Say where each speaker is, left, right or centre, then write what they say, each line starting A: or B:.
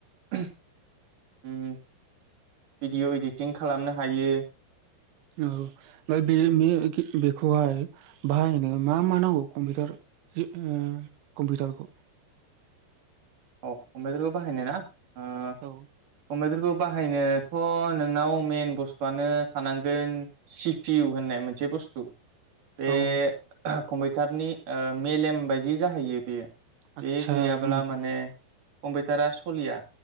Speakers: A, on the right (about 50°); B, on the right (about 75°).
A: उ भिडिअ इडिटिं खालामनो हायो
B: औ ओमफ्राय बे बेखौहाय बाहायनो मा मा नांगौ कम्पिउटार जि ओ कम्पिउटारखौ।
A: औ कम्पिउटारखौ बाहायनो ना ओ
B: औ
A: कम्पिउटारखौ बाहायनोथ' नोंनाव मइेन बुस्थुआनो थानांगोन सि पि इउ होन नाय मोनसे बुस्थु। बे
B: औ
A: कम्पिउटारनि मेलेम बायदि जाहैयो बेयो।
B: आदसा
A: बे गैयाब्ला
B: उम
A: माने कम्पिउटारा सलिया